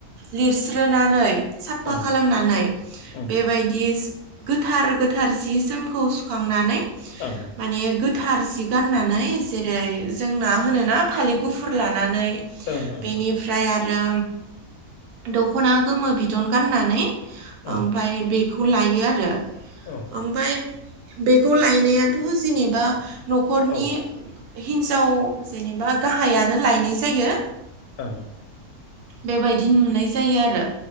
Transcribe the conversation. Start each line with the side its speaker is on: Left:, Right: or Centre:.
Right: लिरस्रोनानै साफा
Left: ओं
Right: खालामनानै
Left: ओं
Right: बेबायदि गोथार गोथार जि जोमखौ सुखांनानै
Left: ओं
Right: माने गोथार जि गाननानै जेरै जोंना होनोना फालि गुफुर लानानै
Left: ओं
Right: बेनिफ्राय आरो दखना गोमो बिदन गाननानै
Left: ओं
Right: ओमफाय बेखौ लायो आरो
Left: ओं औ
Right: ओमफाय बेखौ लायनायाथ' जेनेबा न'खरनि
Left: औ
Right: हिन्जाव जेनेबा गाहायानो लायनाय जायो।
Left: ओ।
Right: बेबायदि नुनाय जायो आरो।